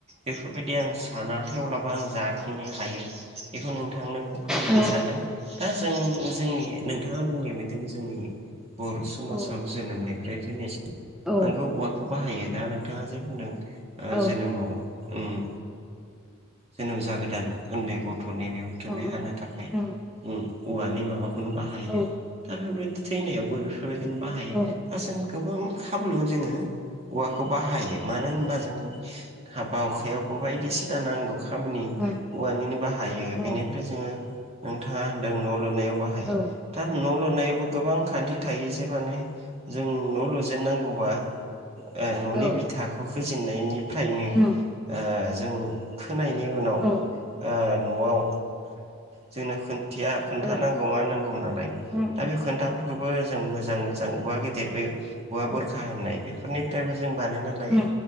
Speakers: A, on the right; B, in the centre.
A: बेफोरबायदि आं साना थेवब्लाबो आं जा खिनि हायो बेखौ नोंथांनो फोरमायनो
B: औ
A: सानदों दा जों जोंनि नोंथाङा बुंनाया बिदिनो जोंनि बर' समाजाव
B: औ
A: जोनोमनिफ्राय थैनायसिम
B: औ
A: नोंगौ औवाखौ बाहायो दा नोंथाङा जे बुंदों
B: औ
A: जोनोमाव उम जोनोम जागोदान उन्दै गथ'नि बिहुथुमे
B: उम उम
A: हानो थाखाय
B: उम
A: उम औवानि माबाखौनो बाहायो
B: औ
A: दा बेफोरबायदि थैनायावबो बेफोरबायदिनो बाहायो।
B: औ
A: <unintelligible> गोबां खामनो जोङो औवाखौ बाहायो मानो होनबा जों हाबा हखायावबो बायदिसिना नांगौ खामानि
B: उम
A: औवानिनो बाहायो
B: औ
A: बेनिफ्राय जोङो नोंथाङा होनदों न' लुनायाव बाहायो
B: औ
A: दा न' लुनायावबो गोबां खान्थि थायो जे माने जों न' लुजेननांगौबा ओ न'नि
B: औ
A: बिथाखौ होजेननायनिफ्रायनो ओ-
B: उम
A: जों खोनायनि उनाव
B: औ
A: ओ न'आव जोंनो खथिया खोन्था
B: औ
A: नांगौ मा नांगौ नालाय
B: उम
A: दा
B: उम
A: बे खोन्थाफोरखौ बो जों मोजां मोजां औवा गिदिर बे औवा
B: औ
A: बुरखा होननाय बेफोरनिफ्राय जों बानायना लायो
B: उम